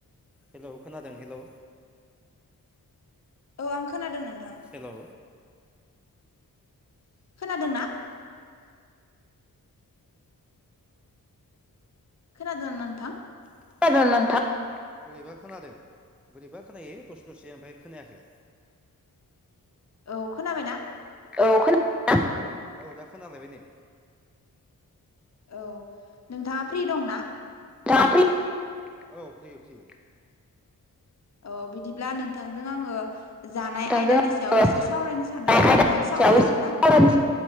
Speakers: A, in the centre; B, on the left.
A: हेलौ खोनादों हेलौ
B: औ आं खोनादों नों
A: हेलौ
B: खोनादोंना खोनादों ना नोंथां
A: <unintelligible> नोंथा बोरैबा खोनादों बोरैबा खोनायो दसे दसे ओमफ्राय खोनायाखै
B: औ खोनाबायना?
A: औ खोना ना औ दा खोनालायबाय नै
B: औ नोंथाङा फ्रि दं ना?
A: दा फ्रि औ फ्रि फ्रि
B: ओ बिदिब्ला नोंथांजों आङो जानाय
A: नोंथांजों
B: आयदानि सायाव एसे सावरायनो
A: आङो
B: सानदोंमोन
A: आयदानि
B: नोंथां सावरायजागोन
A: सायाव एसे सावरायनो
B: ना?